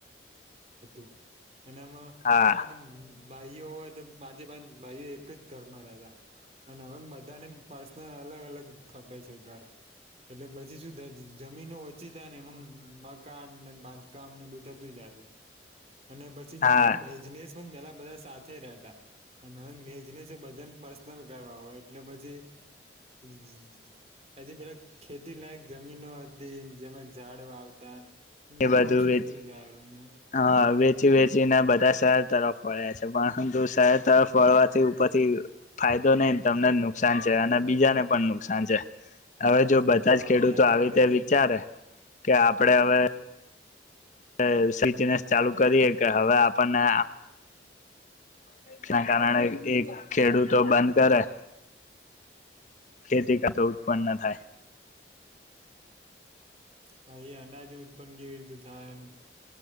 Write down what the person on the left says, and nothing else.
હા
હા
એ બધું
વેચ
હ વેચી વેચીને બધા શહેર તરફ પળ્યા છે પણ ઉંધુ શહેર તરફ વળવાથી ઉપરથી ફાયદો નઈ તમને નુકસાન છે અને બીજાને પણ નુકસાન છે હવે જો બધા
જ ખેડૂતો
આવી તે
વિચારે કે આપડે અવે <unintelligible> ચાલુ કરીએ કે હવે આપણને <inaudible> કારણે એ ખેડૂતો બંધ કરે ખેતી કરતો ઉત્પન્ન થાય